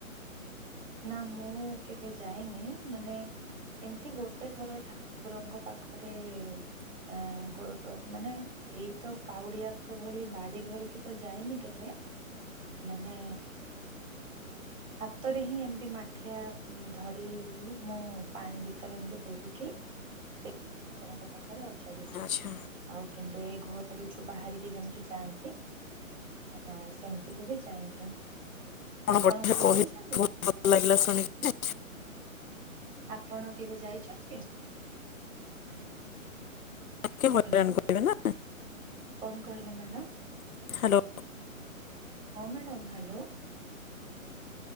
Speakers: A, on the right; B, on the left.
A: ନା ମୁଁ କେବେ ଯାଇନି ମାନେ ଏମତି ଗୋଟେ ଥର ଠାକୁରଙ୍କ ପାଖରେ ଆ <unintelligible> ମାନେ ଏଇ ତ କାଉଡିଆଙ୍କ ଭଳି ବାଡି ଧରିକି ତ ଯାଇନି କେବେ ମାନେ ହାତ ରେ ହିଁ ଏମତି ମାଠିଆ ଧରି ମୁଁ ପାଣି ଭିତରେ ଏମିତି ବୁଡିକି ସେ ଠାକୁରଙ୍କ ପାଖରେ ଅଜାଡିଛି।
B: ଆଚ୍ଛା
A: ଆଉ କିନ୍ତୁ ଏଇ ଘରୁ ଯୋଉ ବାହାରିକି ଯେମିତି ଯାଆନ୍ତି ହଁ ସେମିତି କେବେ ଯାଇନି। ଆପଣ
B: ବଢ଼ିଆ
A: କେବେ
B: କହିଲେ
A: ଯାଇଛନ୍ତି?
B: ବହୁତ ଭଲ ଲାଗିଲା ଶୁଣିକି
A: ଆପଣ କେବେ ଯାଇଛନ୍ତି?
B: ଟିକେ ହଇରାଣ
A: ହ୍ୟାଲୋ।
B: କରିବେ ନା
A: କଣ କହିଲେ ମ୍ୟାଡ଼ାାମ?
B: ହ୍ୟାଲୋ।
A: ହଁ ମ୍ୟାଡ଼ାମ ହ୍ୟାଲୋ।